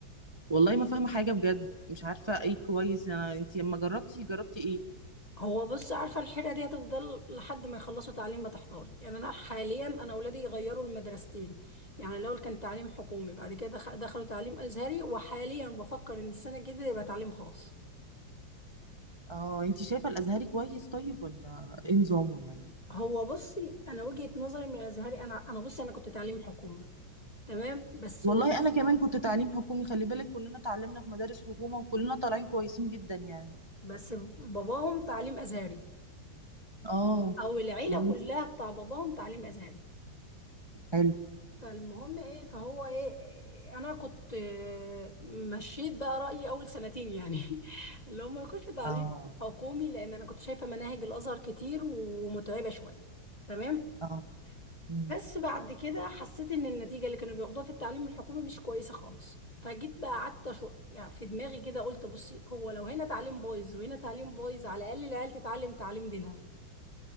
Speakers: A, on the right; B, on the left.
A: والله ما فاهمة حاجة بجد مش عارفة ايه كويس انا انتي لما جربتي جربتي ايه
B: هو بص عارفه الحيره دي هتفضل لحد ما يخلصوا تعليم ما تحتار يعني انا حاليا انا اولادي يغيروا المدرستين يعني الاول كان تعليم حكومي بعد كده دخ- دخلوا تعليم ازهري وحاليا بفكر ان السنه الجديده يبقى تعليم خاص
A: اه انتي شايفة الازهري كويس طيب ولا ايه نظامه يعني
B: هو بصي انا وجهه نظري من الازهري انا انا بصي انا كنت تعليم حكومي تمام بس
A: والله
B: ولد
A: انا كمان كنت تعليم حكومي خلي بالك كلنا اتعلمنا في مدارس حكومة وكلنا طالعين كويسين جدا يعني
B: بس باباهم تعليم ازهري
A: اه
B: او العيله
A: بس.
B: كلها بتاع باباهم تعليم ازهري
A: حلو
B: فالمهم ايه فهو ايه انا كنت آه، مشيت بقى رأيي اول سنتين يعني <laughs> اللي هم يخشوا تعليم
A: اه
B: حكومي لان انا كنت شايفة مناهج الازهر كتير ومتعبة شوية تمام
A: اه مم.
B: بس بعد كده حسيت ان النتيجة اللي كانوا بياخدوها في التعليم الحكومي مش كويسة خالص فجيت بقى قعدت شو يعني في دماغي كده قلت بصي هو لو هنا تعليم بايظ وهنا تعليم بايظ على الاقل العيال تتعلم تعليم دينها